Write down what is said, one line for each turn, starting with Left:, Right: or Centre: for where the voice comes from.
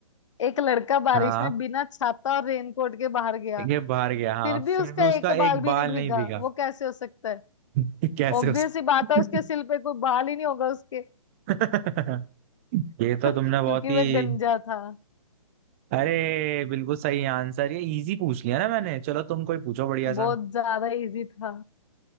Left: एक लड़का बारिश
Right: हाँ
Left: में बिना छाता और रेनकोट के बाहर गया
Right: ये बाहर गया हाँ
Left: फिर भी
Right: फिर
Left: उसका
Right: भी उसका
Left: एक बाल
Right: एक
Left: भी
Right: बाल
Left: नहीं भीगा
Right: नहीं भीगा
Left: वो कैसे हो सकता है
Right: <laughs> कैसे
Left: ऑब्वियस
Right: उस
Left: ही बात
Right: <laughs>
Left: है उसके सिर पे कोई बाल ही नहीं होगा उसके
Right: <laughs> ये
Left: <laughs>
Right: तो
Left: क्योंकि
Right: तुमने बहुत ही
Left: वह गंजा था
Right: अरे बिल्कुल सही आंसर ये इजी पूछ लिया ना मैंने चलो तुम कोई पूछो बढ़िया सा
Left: बहुत ज्यादा इजी था